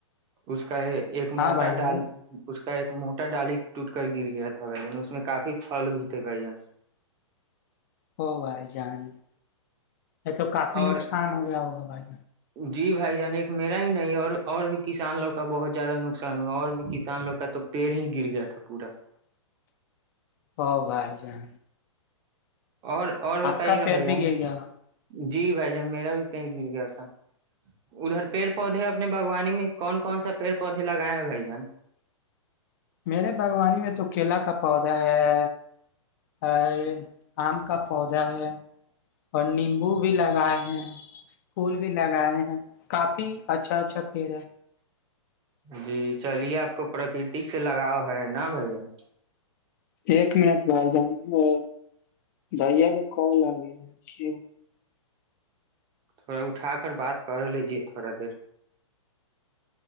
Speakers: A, on the right; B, on the left.
A: اس کا یہ ایک موٹا
B: ہاں بھائی جان
A: ڈال اس کو کا ایک موٹا ڈالی ٹوٹ کر گر گیا تھا تھا ب اس میں کافی فھل بھی تھے ب جن
B: ہوئے جان یہ تو کافی
A: اور
B: نقصان ہو گیا ہوگا بھائی
A: جی بھائی جان ایک میرا ہی نہیں اور اور بھی کسان لوگ کا بہت زیادہ نقصان ہوا اور بھی کسان لوگ کا تو پیڑ ہی گر گیا تھا پورا
B: ہ بھائی جیں
A: اور اور بتائیے
B: کا
A: نا
B: پیڑ
A: بھائی
B: بھی
A: جان
B: گر گیا
A: جی بھائی جان میرا بھی پیڑ گر گیا تھا ادھر پیڑ پودے اپنے باوانی میں کون کون سا پیڑ پودے لگائے ہیں بھائی جان
B: میرے باغوانی میں تو کیلا کا پودا ہے ا آم کا پودا ہے اور نیمبو بھی لگائے ہیں پھول بھی لگائے ہیں کافی اچھا اچھا پیڑ ہے
A: جی چلیے آپ کو پراکرتک سے لگاؤ ہے نا بھ جن
B: ایک منٹ بج جؤں گ اور بھھیا کا کال آ گیا
A: تھوڑا اٹھا کر بات کر لیجے تھوڑا دیر